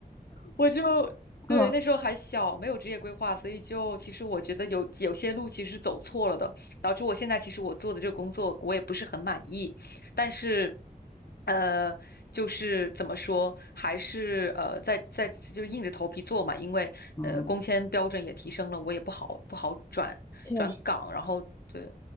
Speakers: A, on the left; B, on the left.
A: 我就对那时候还小，
B: 嗯
A: 没有职业规划，所以就其实我觉得有有些路其实走错了的，导致我现在其实我做的这个工作我也不是很满意，但是呃，就是怎么说，还是呃在在就是硬着头皮做嘛，因为呃工签标准也提升了，
B: 嗯，
A: 我也不好不好转转岗，
B: 确实，
A: 然后对